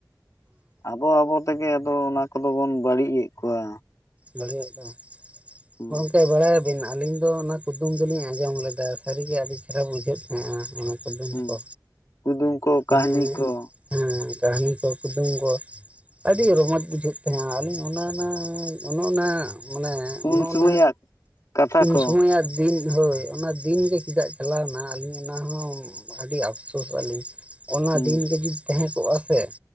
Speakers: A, on the left; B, on the right.
A: ᱟᱵᱚ ᱟᱵᱚ ᱛᱮᱜᱮ ᱟᱫᱚ ᱚᱱᱟ ᱠᱚᱫᱚ ᱵᱚᱱ ᱵᱟᱹᱲᱤᱡ ᱮᱜ ᱠᱚᱣᱟ᱾
B: ᱵᱟᱹᱲᱤᱡᱚᱜ ᱠᱟᱱ᱾
A: ᱦᱩᱸ
B: ᱜᱚᱝᱠᱮ ᱵᱟᱲᱟᱭ ᱟᱞᱤᱧ ᱫᱚ ᱚᱱᱟ ᱠᱩᱫᱩᱢ ᱫᱚᱞᱤᱧ ᱟᱸᱡᱚᱢ ᱞᱮᱫᱟ ᱥᱟᱨᱤᱜᱮ ᱟᱰᱤ ᱪᱮᱦᱨᱟ ᱵᱩᱡᱷᱟᱹᱜ ᱛᱟᱦᱮᱸᱜ-ᱟ ᱚᱱᱟ ᱠᱩᱫᱩᱢ
A: ᱦᱩᱸ
B: ᱠᱚ᱾
A: ᱠᱩᱫᱩᱢ᱾ ᱠᱚ
B: ᱢᱟᱱᱮ
A: ᱠᱟᱹᱦᱱᱤ ᱠᱚ
B: ᱦᱮᱸ ᱠᱟᱦᱱᱤ ᱠᱚ ᱠᱩᱫᱩᱢ ᱠᱚ ᱟᱰᱤ ᱨᱚᱢᱚᱡᱽ ᱵᱩᱡᱷᱟᱹᱜ ᱛᱟᱦᱮᱸ-ᱟ᱾ ᱟᱞᱤᱧ ᱩᱱᱟᱹᱱᱟᱹ ᱚᱱᱮ ᱚᱱᱟ ᱢᱟᱱᱮ
A: ᱩᱱ
B: ᱚᱸᱱᱚ
A: ᱥᱚᱢᱚᱭᱟᱜ
B: ᱚᱱᱟ
A: ᱠᱟᱛᱷᱟ
B: ᱩᱱ
A: ᱠᱚ
B: ᱥᱚᱢᱚᱭᱟᱜ ᱫᱤᱱ ᱦᱳᱭ ᱚᱱᱟ ᱫᱤᱱᱜᱮ ᱪᱮᱫᱟᱜ ᱪᱟᱞᱟᱣᱱᱟ ᱟᱞᱤᱧ ᱚᱱᱟ ᱦᱚᱸ ᱟᱰᱤ ᱟᱯᱥᱳᱥᱚᱜ-ᱟ ᱞᱤᱧ᱾ ᱚᱱᱟ
A: ᱦᱩᱸ
B: ᱫᱤᱱᱜᱮ ᱡᱩᱫᱤ ᱛᱟᱦᱮᱸ ᱠᱚᱜ-ᱟ ᱥᱮ